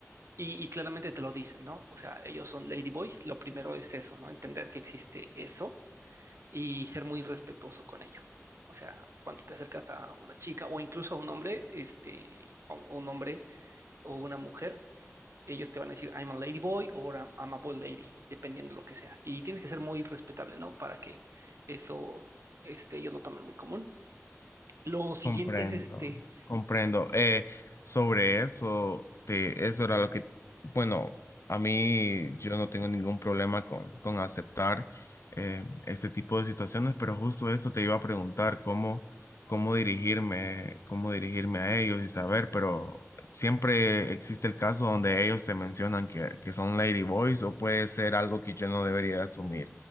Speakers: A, on the right (about 65°); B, on the left (about 65°).
A: Y, y claramente te lo dicen, ¿no? O sea, ellos son ladyboys, lo primero es eso, ¿no? Entender que existe eso y ser muy respetuoso con ello. O sea, cuando te acercas a una chica o incluso a un hombre, este, a un a un hombre o una mujer, ellos te van a decir, I'm a lady boy o I'm, I'm a boy lady, dependiendo lo que sea. Y tienes que ser muy respetable, ¿no? Para que eso, este, ellos lo tomen muy común. Lo siguiente
B: Comprendo,
A: es este,
B: comprendo. Eh, sobre eso, te, eso era lo que, bueno, a mí yo no tengo ningún problema con, con aceptar eh, este tipo de situaciones, pero justo eso te iba a preguntar, cómo, cómo dirigirme, cómo dirigirme a ellos y saber, pero siempre existe el caso donde ellos te mencionan que, que son ladyboys o puede ser algo que yo no debería asumir.